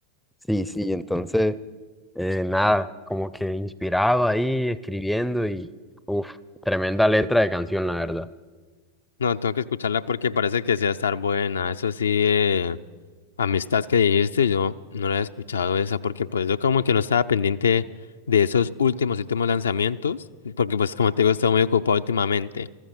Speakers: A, in the centre; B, on the left (about 70°).
A: Sí, sí, entonces eh, nada, como que inspirado ahí, escribiendo y, uff, tremenda letra de canción, la verdad.
B: No, tengo que escucharla porque parece que sea estar buena, eso sí, eh, Amistad que dijiste, yo no la había escuchado esa porque pues yo como que no estaba pendiente de esos últimos, últimos lanzamientos, porque pues como te digo, he estado muy ocupado últimamente,